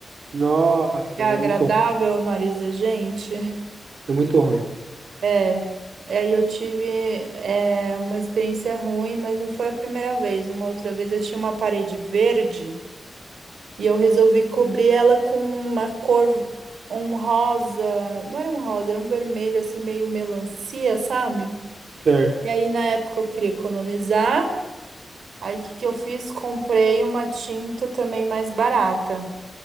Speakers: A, on the right (about 70°); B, on the right (about 80°).
A: Nossa,
B: Que é
A: ela
B: agradável
A: é muito, ru-
B: ao nariz da gente.
A: é muito ruim.
B: É. E Aí eu tive é, uma experiência ruim, mas não foi a primeira vez. Uma outra vez eu tinha uma parede verde. E eu resolvi cobrir ela com uma cor, um rosa, não era um rosa, era um vermelho assim meio melancia, sabe?
A: Certo.
B: E aí na época eu queria economizar. Aí o que que eu fiz? Comprei uma tinta também mais barata.